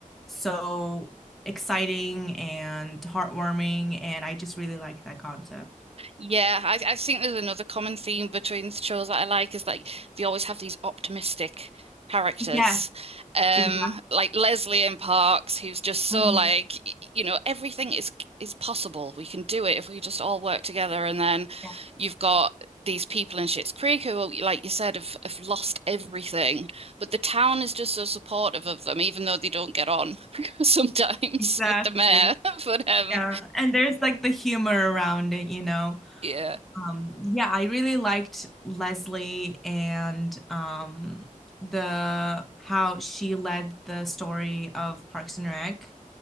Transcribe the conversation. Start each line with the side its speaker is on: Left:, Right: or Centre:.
Centre: so exciting and heartwarming, and I just really like that concept.
Right: Yeah, I, I think there's another common theme between the shows that I like is like they always have these optimistic characters.
Centre: Yes,
Right: Um,
Centre: exactly.
Right: like Leslie in Parks, who's just so
Centre: hmm
Right: like, y- you know, everything is is possible. We can do it if we just all work together. And then
Centre: Yeah,
Right: you've got these people in Schitt's Creek who, oh, like you said, have, have lost everything. But the town is just so supportive of them, even though they don't get on <laughs> sometimes
Centre: Exactly.
Right: with the mayor. <laughs> But um,
Centre: Yeah. And there's like the humor around it, you know.
Right: yeah.
Centre: Um, yeah, I really liked Leslie and um, the how she led the story of Parks and Rec.